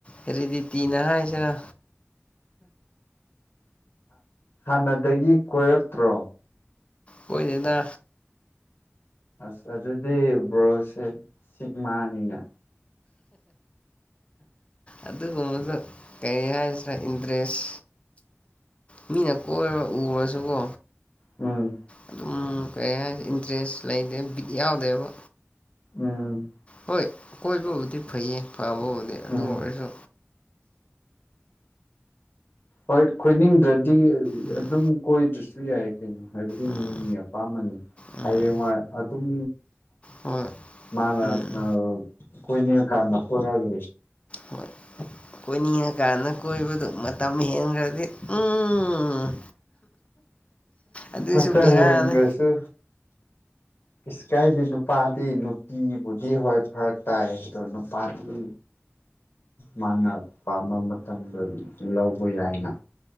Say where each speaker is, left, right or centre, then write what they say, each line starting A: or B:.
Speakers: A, on the left; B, on the left.
A: ꯍꯦꯔꯤꯗꯤ ꯇꯤꯅ ꯍꯥꯏꯁꯤꯔ
B: ꯍꯥꯟꯅꯗꯒꯤ ꯀꯣꯏꯔꯛꯇ꯭ꯔꯣ
A: ꯀꯣꯢꯗꯦꯗ
B: ꯑꯁ ꯑꯗꯨꯗꯤ ꯕ꯭ꯔꯣꯁꯦ ꯁꯤꯛ ꯃꯥꯅꯤꯅꯦ
A: ꯑꯗꯨ ꯑꯗꯨꯒꯨꯝꯕꯗꯣ ꯀꯔꯤ ꯍꯥꯏꯁꯤꯔ ꯏꯟꯇꯔꯦꯁ ꯃꯤꯅ ꯀꯣꯏꯔ ꯎꯔꯁꯨꯀꯣ
B: ꯎꯝ
A: ꯑꯗꯨꯝ ꯀꯩ ꯍꯥꯏꯁꯤꯔ ꯏꯟꯇꯔꯦꯁ ꯂꯩꯗꯦ ꯕꯤꯠ ꯌꯥꯎꯗꯦꯕ
B: ꯎꯝ
A: ꯍꯣꯏ ꯀꯣꯏꯕꯕꯨꯗꯤ ꯐꯩꯌꯦ ꯐꯕꯕꯨꯗꯤ ꯑꯗꯨ
B: ꯎꯝ
A: ꯑꯣꯏꯔꯁꯨ
B: ꯍꯣꯏ ꯀꯣꯏꯅꯤꯡꯗ꯭ꯔꯗꯤ
A: ꯎꯝ
B: ꯑꯗꯨꯝ ꯀꯣꯏꯗ꯭ꯔꯁꯨ ꯌꯥꯏ ꯀꯩꯅꯣ ꯍꯥꯏꯕꯗꯤ
A: ꯎꯝ
B: ꯃꯤꯃꯤꯒꯤ ꯑꯄꯥꯝꯕꯅꯤ
A: ꯎꯝ
B: ꯍꯌꯦꯡꯋꯥꯏ ꯑꯗꯨꯝ
A: ꯍꯣꯏ
B: ꯃꯥꯅ
A: ꯎꯝ
B: ꯑ ꯀꯣꯏꯅꯤꯡꯂꯀꯥꯟꯗ ꯀꯣꯢꯔꯒ
A: ꯍꯣꯏ ꯀꯣꯏꯅꯤꯡꯉꯀꯥꯟꯗ ꯀꯣꯏꯕꯗꯨ ꯃꯇꯝ ꯍꯦꯟꯈ꯭ꯔꯗꯤ ꯎꯝ ꯑꯗꯨꯁꯨ
B: ꯃꯇꯝ
A: ꯕꯦꯔꯥꯅꯦ
B: ꯍꯦꯟꯈ꯭ꯔꯁꯨ ꯢꯁ ꯀꯥꯏꯗꯤ ꯅꯨꯄꯥꯗꯤ ꯅꯨꯄꯤꯕꯨꯗꯤ ꯍꯣꯏ ꯐꯔꯛ ꯇꯥꯏ ꯑꯗꯣ ꯅꯨꯄꯥꯗꯤ ꯃꯥꯅ ꯄꯥꯝꯕ ꯃꯇꯝꯗ ꯂꯧꯕ ꯌꯥꯏꯅ